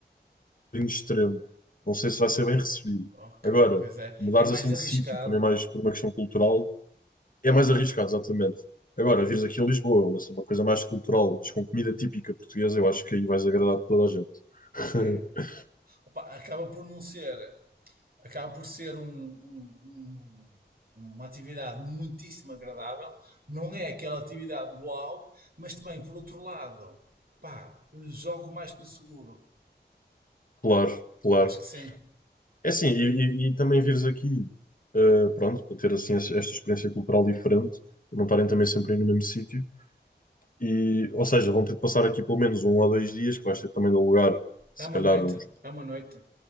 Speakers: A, on the left; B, on the right.
A: bocadinho extremo. Não sei se vai ser bem recebido.
B: Ok,
A: Agora,
B: pois é.
A: mudares
B: É mais
A: assim
B: arriscado,
A: de sítio, também
B: não
A: mais
B: é?
A: por uma questão cultural, é mais arriscado, exatamente. Agora, vires aqui a Lisboa, uma, uma coisa mais cultural, mas com comida típica portuguesa, eu acho que aí vais agradar toda a gente. <laughs>
B: É. Opa, acaba por não ser. acaba por ser um- um- um- uma atividade muitíssimo agradável. Não é aquela atividade uau, mas também, por outro lado, pá, jogo mais pelo seguro.
A: Claro, claro.
B: Acho que sim.
A: É assim, e, e- e também vires aqui, eh, pronto, para ter assim esta esta experiência cultural diferente, para não estarem também sempre aí no mesmo sítio. E, ou seja, vão ter de passar aqui pelo menos um ou dois dias, que vais ter também de alugar, se
B: É uma
A: calhar,
B: noite,
A: uns
B: é uma noite.